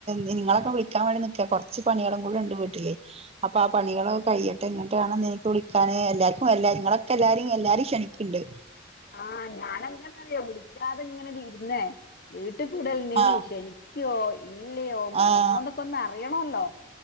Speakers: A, on the right (about 30°); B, on the left (about 50°).
A: നിങ്ങളൊക്കെ വിളിക്കാൻ വേണ്ടി നിക്ക കുറച്ച് പണികളും കൂടെ ഉണ്ട് വീട്ടില് അപ്പൊ ആ പണികളൊക്കെ
B: അത് ശരി
A: കഴിയട്ടെ എന്നിട്ട് വേണം നിങ്ങളൊക്കെ വിളിക്കാൻ അതാണ് എല്ലാർക്കും എല്ലാരും ഇങ്ങളൊക്കെ എല്ലാരും എല്ലാരെ ക്ഷണിക്കിണ്ട്
B: ആ ഞനെന്താന്നറിയോ വിളിക്കാതെ ഇങ്ങനെ ഇരുന്നേ വീട്ട- വീട്ട കൂടലിന്
A: ആഹ്
B: ക്ഷണിക്കുവോ ഇല്ലയോ മറന്നോ
A: ആഹ്
B: എന്നൊക്കെ ഒന്ന് അറിയണല്ലോ